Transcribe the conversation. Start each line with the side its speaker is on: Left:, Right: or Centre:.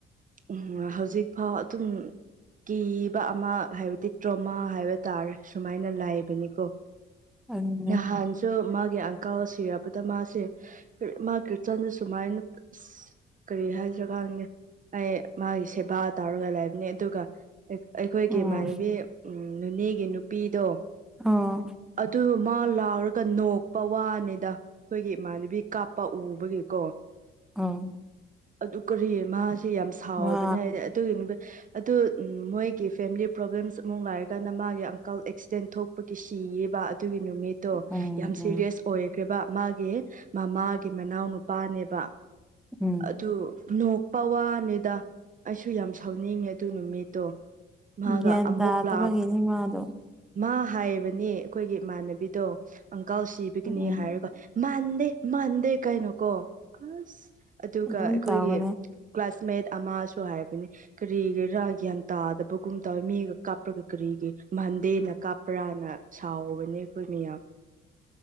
Right: ꯎꯝ ꯍꯧꯖꯤꯛ ꯐꯥꯎ ꯑꯗꯨꯝ ꯀꯤꯕ ꯑꯃ ꯍꯥꯏꯕꯗꯤ ꯇ꯭ꯔꯣꯃꯥ ꯍꯥꯏꯕ ꯇꯥꯔꯦ ꯁꯨꯃꯥꯏꯅ ꯂꯥꯏꯕꯅꯤꯀꯣ
Centre: ꯑꯗꯨꯅꯦ
Right: ꯅꯍꯥꯟ ꯁꯨ ꯃꯥꯒꯤ ꯑꯪꯀꯥꯜ ꯁꯤꯔꯕꯗ ꯃꯥꯁꯦ ꯃꯥ ꯀ꯭ꯔꯤꯆꯟꯗ ꯁꯨꯃꯥꯏꯅ ꯀꯔꯤ ꯍꯥꯏꯁꯤꯔꯥ ꯈꯪꯗꯦ ꯑꯩ ꯃꯥꯒꯤ ꯁꯦꯕꯥ ꯇꯧꯔꯒ ꯂꯩꯕꯅꯦ ꯑꯗꯨꯒ ꯑꯩꯈꯣꯏꯒꯤ
Centre: ꯎꯝ
Right: ꯏꯃꯥꯟꯅꯕꯤ ꯅꯦꯅꯦꯒꯤ ꯅꯨꯄꯤꯗꯣ
Centre: ꯑꯥ
Right: ꯑꯗꯨ ꯃꯥ ꯂꯥꯛꯑꯒ ꯅꯣꯛꯄ ꯋꯥꯅꯤꯗ ꯑꯩꯈꯣꯏꯒꯤ ꯏꯃꯥꯟꯅꯕꯤ ꯀꯥꯞꯄ ꯎꯕꯒꯤꯀꯣ
Centre: ꯑꯣ
Right: ꯑꯗꯨ ꯀꯔꯤ ꯃꯥꯁꯦ ꯌꯥꯝ ꯁꯥꯎꯕꯅꯤ
Centre: ꯃꯥ
Right: ꯍꯥꯏꯗꯤ ꯑꯗꯨꯒꯤ ꯅꯨꯃꯤꯠ ꯑꯗꯨ ꯎꯝ ꯃꯣꯏꯒꯤ ꯐꯦꯃꯤꯂꯤ ꯄ꯭ꯔꯣꯕ꯭ꯂꯦꯝꯁ ꯑꯃꯨꯛ ꯂꯩꯔꯒꯥꯟꯗ ꯃꯥꯒꯤ ꯑꯪꯀꯜ ꯑꯦꯛꯁꯤꯗꯦꯟ ꯊꯣꯛꯄꯒꯤ ꯁꯤꯌꯦꯕ ꯑꯗꯨꯒꯤ ꯅꯨꯃꯤꯠ ꯇꯣ
Centre: ꯎꯝ
Right: ꯌꯥꯝ ꯁꯦꯔꯤꯌꯁ
Centre: ꯎꯝ
Right: ꯑꯣꯏꯈ꯭ꯔꯦꯕ ꯃꯥꯒꯤ ꯃꯃꯥꯒꯤ ꯃꯅꯥꯎ ꯅꯨꯄꯥꯅꯦꯕ
Centre: ꯎꯝ
Right: ꯑꯗꯨ ꯅꯣꯛꯄ ꯋꯥꯅꯤꯗ ꯑꯩꯁꯨ ꯌꯥꯝ ꯁꯥꯎꯅꯤꯡꯉꯦ ꯑꯗꯨ ꯅꯨꯃꯤꯠꯇꯣ ꯃꯥꯒ
Centre: ꯒ꯭ꯌꯥꯟ
Right: ꯑꯃꯨꯛ
Centre: ꯇꯥꯕꯒꯤꯅꯤ
Right: ꯂꯥꯎ
Centre: ꯃꯥꯗꯣ
Right: ꯃꯥ ꯍꯥꯏꯕꯅꯤ ꯑꯩꯈꯣꯏꯒꯤ ꯏꯃꯥꯟꯅꯕꯤꯗꯣ ꯑꯪꯀꯥꯜ ꯁꯤꯕꯒꯤꯅꯤ
Centre: ꯎꯝ
Right: ꯍꯥꯏꯔꯒ ꯃꯥꯟꯗꯦ ꯃꯥꯟꯗꯦ ꯀꯩꯅꯣ ꯀꯣ ꯑꯁ ꯑꯗꯨꯒ
Centre: ꯑꯗꯨꯝ
Right: ꯑꯩꯈꯣꯏꯒꯤ
Centre: ꯇꯧꯕꯅꯦ
Right: ꯀ꯭ꯂꯥꯁꯃꯦꯠ ꯑꯃꯁꯨ ꯍꯥꯏꯕꯅꯤ ꯀꯔꯤꯒꯤꯔꯥ ꯒ꯭ꯌꯥꯟ ꯇꯥꯗꯕꯒꯨꯝ ꯇꯧꯋꯦ ꯃꯤꯒ ꯀꯥꯞꯔꯒ ꯀꯔꯤꯒꯤ ꯃꯥꯟꯗꯦꯅ ꯀꯥꯞꯄ꯭ꯔꯥꯅ ꯁꯥꯎꯕꯅꯦ ꯑꯩꯈꯣꯏ ꯃꯤꯌꯥꯝ <inaudible>